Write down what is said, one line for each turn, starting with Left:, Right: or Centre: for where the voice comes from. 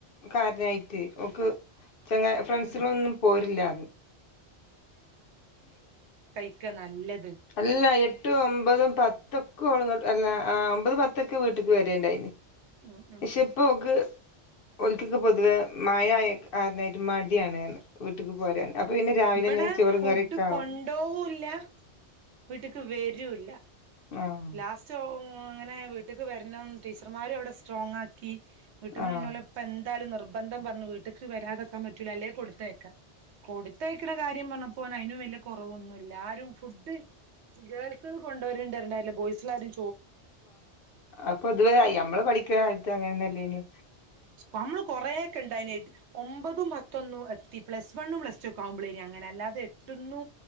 Left: കാരണായിട്ട് ഓക്ക്‌ ചെങ്ങാ ഫ്രണ്ട്സ്കളൊന്നും
Right: ഉം
Left: പോരില്ലാർന്ന്
Right: ക്കെ നല്ലത്
Left: അല്ല എട്ടും ഒമ്പതും പത്തൊക്കെ ഒമ്പതു പത്തൊക്കെ വീട്ടിൽ വരികയുണ്ടായി
Right: ഉം ഉം
Left: പക്ഷെ
Right: ഉം
Left: ഇപ്പൊ ഓക്ക് ഒലിക്കൊക്കെ പൊതുവെ മഴയായ കാരനായിട്ട് മടിയാണെന്ന് വീട്ട്ക്ക് പോരാൻ അപ്പൊ പിന്നെ രാവിലെന്നെ
Right: ഇവിടെ
Left: ചോറും
Right: ഫുഡ്
Left: കറിയൊക്കെ ആവും
Right: കൊണ്ടോവുല്ല വീട്ട്ക്ക് വരൂല്ല
Left: ആഹ്
Right: ലാസ്റ്റ് ങ്ങനെ വീട്ടിക്ക് വരണം ടീച്ചർമാരും അവിടെ സ്ട്രോങ് ആക്കി വീട്ടീന്ന്
Left: ആഹ്
Right: പിന്നെ ഓലെ ഉപ്പ ന്തായാലും നിർബന്ധം പറഞ്ഞു വീട്ടക്ക് വരാതെക്കാൻ പറ്റൂല അല്ലെ കൊടുത്തയക്കാം കൊടു ത്തയക്കണ കാര്യം പറഞ്ഞപ്പോ അയിനും വലിയ കുറവൊന്നുല്ല ആരും ഫുഡ് ഫുഡുകൾ കൊണ്ടുവരണ്ടല്ലോ ബോയ്സ് ആരും
Left: ആ പൊതുവെ നമ്മൾ പഠിക്കുന്ന കാലത്ത് അങ്ങനെ ഒന്നും ഇല്ലായിരുന്നു
Right: നമ്മള് കൊറേക്കെ ഉണ്ടായേനെ ഒമ്പതും പത്തൊന്നും എത്തി പ്ലസ് വണ്ണും പ്ലസ് ടു ഒക്കെ ആകുമ്പോളാനി അങ്ങനെഒക്കെ അല്ലാതെ എട്ട്ന്നു